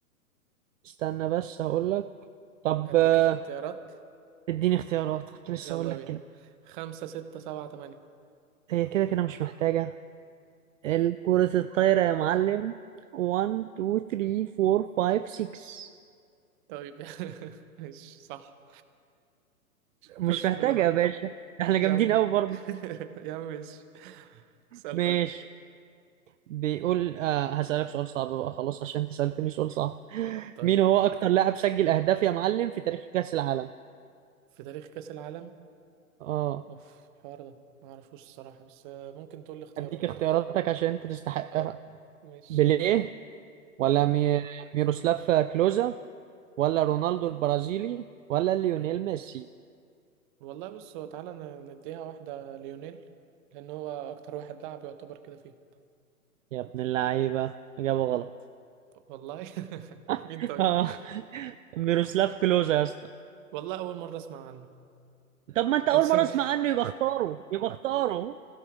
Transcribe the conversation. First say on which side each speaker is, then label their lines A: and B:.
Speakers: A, on the right (about 60°); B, on the right (about 35°).
A: استنى بس هقول لك طب
B: اديك
A: آه،
B: اختيارات
A: اديني اختيارات كنت لسه
B: يلا
A: اقول لك
B: بينا
A: كده
B: خمسة ستة سبعة تمانية
A: هي كده كده مش محتاجة الكرة الطايرة يا معلم 1 2 3 4 5 6
B: طيب <laughs> ماشي صح
A: مش
B: خش
A: محتاجة
B: في اللي بعد
A: يا باشا احنا
B: يا
A: جامدين
B: عم
A: قوي برضه
B: <laughs> يا عم ماشي اسأل
A: ماشي
B: طيب
A: بيقول آه هسألك سؤال صعب بقى خلاص عشان انت سألتني سؤال صعب
B: طيب
A: مين هو اكتر لاعب سجل اهداف يا معلم في تاريخ كأس العالم
B: في تاريخ كأس العالم
A: اه
B: اوف الحوار ده ما اعرفوش الصراحة بس ممكن تقول لي اختيارات
A: اديك اختياراتك عشان انت تستحقها
B: اه ماشي
A: بيليه ولا
B: ايوه
A: مي... ميروسلاف كلوزا ولا رونالدو البرازيلي ولا ليونيل
B: ايوه
A: ميسي
B: والله بص هو تعالى ن- نديها واحدة ليونيل لان هو اكتر واحد لعب يعتبر كده فيه
A: يا ابن اللعيبة اجابه غلط
B: والله <laughs> مين
A: <laughs>
B: طيب
A: اه ميروسلاف كلوزا يا اسطى
B: والله اول مرة اسمع عنه
A: طب ما انت اول
B: بس
A: مرة
B: م-
A: اسمع عنه يبقى اختاره يبقى اختاره